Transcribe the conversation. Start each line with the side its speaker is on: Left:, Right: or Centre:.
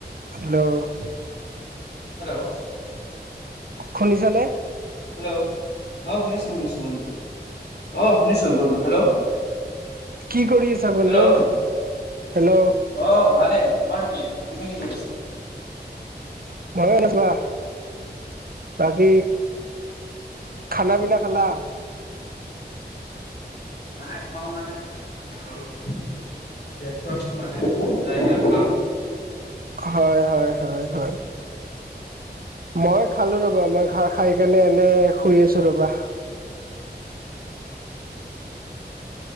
Right: Hello!
Left: Hello!
Right: শুনিছেনে?
Left: Hello, অ', শুনিছো, শুনিছো বন্ধু, অ', শুনিছো বন্ধু, হেল্ল'
Right: কি কৰি আছা বন্ধু?
Left: Hello
Right: hello!
Left: অ', ভালে তোমাৰ কি, তুমি কি কৰি‌ছা?
Right: <unintelligible> বাকী খানা পিনা খালা?
Left: নাই থোৱা হোৱা নাই <unintelligible> মানে, ব্যস্তত মানে যায় হেৰিয়ত কাম
Right: হয়, হয়, হয়, হয়। মই খালো ৰ'বা। মই খা-খাই কেনে এনে শুই আছো ৰ'বা।